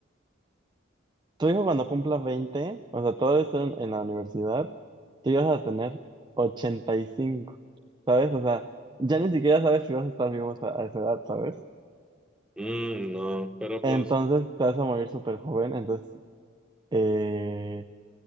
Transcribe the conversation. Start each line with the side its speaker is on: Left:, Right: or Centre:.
Right: Tu hijo cuando cumpla 20, o sea, todavía está en, en la universidad, tú ya vas a tener 85, ¿sabes? O sea, ya ni siquiera sabes si vas a estar vivo a, a esa edad, ¿sabes?
Centre: Mm, no, pero
Right: Entonces
Centre: pues,
Right: te vas a morir súper joven, entonces, eh,